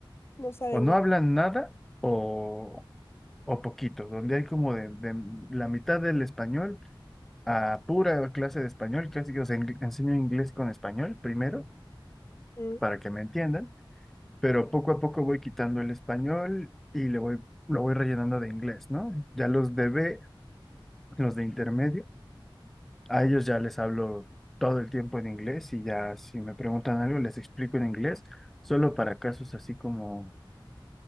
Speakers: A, on the left (about 30°); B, in the centre.
A: No saben
B: o no
A: nada.
B: hablan nada o, o poquito, donde hay como de, de la mitad del español a pura clase de español, casi que os en- enseño inglés con español primero
A: Mm,
B: para que me entiendan, pero poco a poco voy quitando el español y le voy, lo voy rellenando de inglés, ¿no? Ya los de B, los de intermedio, a ellos ya les hablo todo el tiempo en inglés y ya si me preguntan algo les explico en inglés, solo para casos así como,